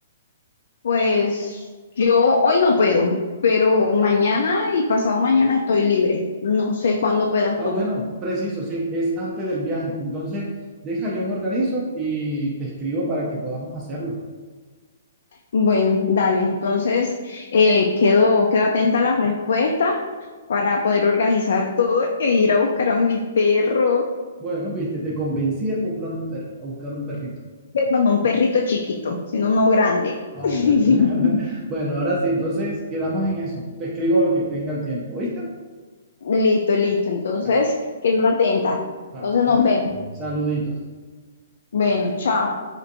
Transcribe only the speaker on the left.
pues yo hoy no puedo, pero mañana y pasado mañana estoy libre. No sé cuándo puedas
tú.
Bueno, dale, entonces eh, quedo, quedo atenta a las respuestas para poder organizar todo e ir a buscar a mi perro,
pero no un perrito chiquito, sino uno grande.
<laughs>
Listo, listo, entonces
quedo atenta.
Entonces
nos vemos.
Bueno, chao.